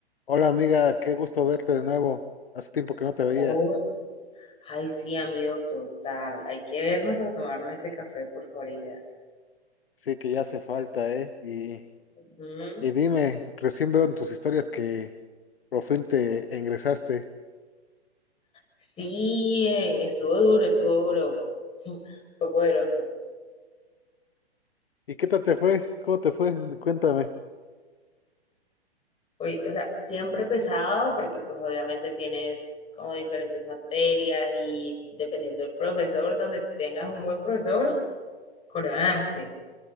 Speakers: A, on the left (about 60°); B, on the left (about 20°).
A: Hola amiga, qué gusto verte de nuevo. Hace tiempo que no te veía.
B: Oh, ay, sí, amigo, total. Hay que vernos para tomarnos ese café, por favor, y gracias.
A: Sí, que ya hace falta, ¿eh? Y,
B: Ujú.
A: y dime, recién veo en tus historias que por fin te ingresaste.
B: Sí, eh, estuvo duro, estuvo duro. <laughs> Fue poderoso.
A: ¿Y qué tal te fue? ¿Cómo te fue? Cuéntame.
B: Oye, o sea, siempre pesado porque pues obviamente tienes como diferentes materias y dependiendo del profesor, donde tengas un buen profesor, coronaste.